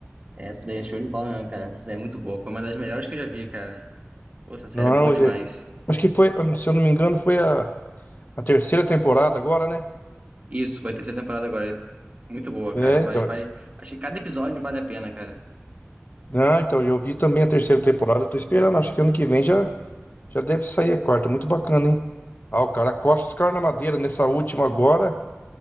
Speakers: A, on the right; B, on the left.
A: essa daí é show de bola mesmo, cara. Essa daí é muito boa. Foi uma das melhores que eu já vi, cara. Pô, essa série
B: Não,
A: é boa demais.
B: ele é... Acho que foi, hum, se eu não me engano, foi a, a terceira temporada agora, né?
A: Isso, vai ter terceira temporada agora. Muito boa,
B: É,
A: cara. Vale,
B: então.
A: vale. Acho que cada episódio vale a pena, cara.
B: Não, então, eu vi também a
A: Bom.
B: terceira temporada. Eu tô esperando. Acho que ano que vem já, já deve sair a quarta. Muito bacana, hein? Ah, o cara costa os caras na madeira. Nessa última agora,